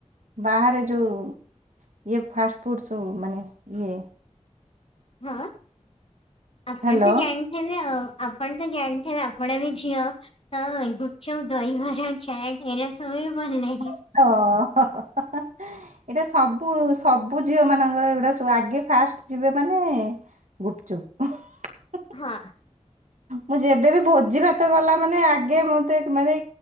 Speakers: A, on the right; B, on the left.
A: ବାହାରେ ଯୋଉ ଇଏ ଫାଷ୍ଟଫୁଡ ସବୁ ମାନେ ଇଏ
B: ହଁ ଆପଣ
A: ହ୍ୟାଲୋ
B: ତ ଜାଣି ହେଲେ ଆ ଆପଣ ତ ଜାଣିଥିବେ ଆପଣ ବି ଝିଅ। ହଁ ଗୁପଚୁପ ଦହି ବରା ଚାଟ୍ ଏରା ସବୁ ବି ଭଲଲାଗେ।
A: <unintelligible> ଏଇଟା ସବୁ ସବୁ ଝିଅ ମାନଙ୍କର ଏଗୁଡା ସବୁ ଆଗେ ଫାଷ୍ଟ ଯିବେ ମାନେ ଗୁପଚୁପ <unintelligible>
B: ହଁ।
A: ମୁଁ ଯେବେ ବି ଭୋଜି ଭାତ ଗଲା ମାନେ ଆଗେ ମୁଁତ ମାନେ